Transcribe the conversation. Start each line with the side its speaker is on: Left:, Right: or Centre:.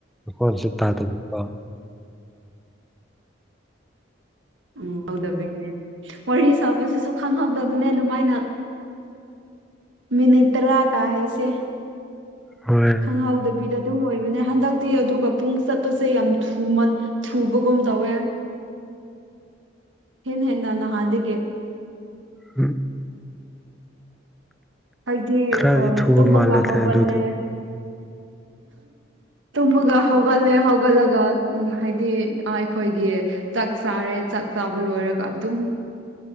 Centre: ꯈꯣꯟꯁꯨ ꯇꯥꯗꯕꯀꯣ
Right: ꯎꯝꯍꯧꯗꯕꯩꯅꯦ ꯋꯥꯔꯤ ꯁꯥꯕꯁꯤꯁꯨ ꯈꯪꯍꯧꯗꯕꯅꯦ ꯑꯗꯨꯃꯥꯏꯅ ꯃꯤꯅꯤꯇ꯭ꯔꯥ ꯀꯍꯁꯦ
Centre: ꯍꯣꯏ
Right: ꯍꯧꯗꯕꯤꯗ ꯑꯗꯨꯝ ꯑꯣꯏꯕꯅꯦ ꯍꯟꯗꯛꯇꯤ ꯑꯗꯨꯒ ꯄꯨꯡ ꯆꯠꯄꯁꯦ ꯌꯥꯝ ꯊꯟ ꯊꯨꯕꯒꯨꯝ ꯇꯧꯋꯦ ꯍꯟ ꯍꯦꯟ ꯅꯅ ꯍꯥꯟꯒ
Centre: ꯎ
Right: ꯍꯥꯏꯗꯤ
Centre: ꯈꯔꯗꯤ
Right: ꯑ
Centre: ꯊꯨꯕ
Right: ꯇꯨꯝꯃꯒ
Centre: ꯃꯥꯜꯂꯦꯗ
Right: ꯍꯧꯒꯜꯂꯦ
Centre: ꯑꯗꯨꯗꯤ
Right: ꯇꯨꯝꯃꯒ ꯍꯧꯒꯠꯂꯦ ꯍꯧꯒꯠꯂꯒ ꯎ ꯍꯥꯏꯗꯤ ꯑꯩꯈꯣꯏꯒꯤ ꯆꯥꯛ ꯆꯥꯔꯦ ꯆꯥꯛ ꯆꯥꯕ ꯂꯣꯏꯔꯒ ꯑꯗꯨꯝ